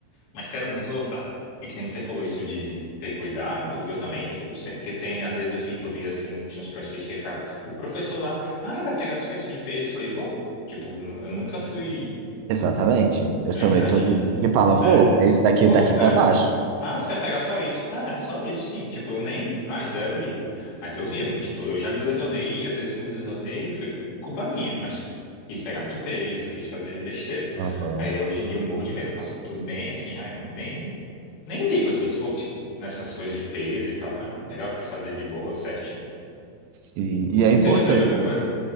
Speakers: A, on the left (about 60°); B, on the right (about 80°).
A: mas quero muito voltar. E que nem que você falou isso de ter cuidado, eu também. Eu sempre, porque tem, às vezes eu vi, eu vi assim, tinha uns professores que ficavam, o professor lá, ai, vai pegar só isso de peso. Eu falei, vou. Tipo, n- eu nunca fui.
B: Exatamente. Eu
A: Aí
B: sou
A: eu falei,
B: meio todo
A: ah, gente,
B: que fala, vou,
A: é,
B: é isso daqui,
A: vou,
B: daqui pra
A: é."
B: baixo.
A: Ah, você vai pegar só isso? Ah, é só isso, sim. Tipo, eu nem. Ai, zero ligo. Mas eu via, tipo, eu já me lesionei, e às vezes que eu me lesionei foi culpa minha, mas quis pegar muito peso, quis fazer besteira.
B: Aham.
A: Aí hoje em dia eu morro de medo, eu faço tudo bem, assim, ai, não, nem, nem ligo, assim, se for nessas coisas de peso e tal. Ah, não, melhor de fazer de boa, certinho.
B: Sim, e é importante.
A: Você já É, teve alguma coisa?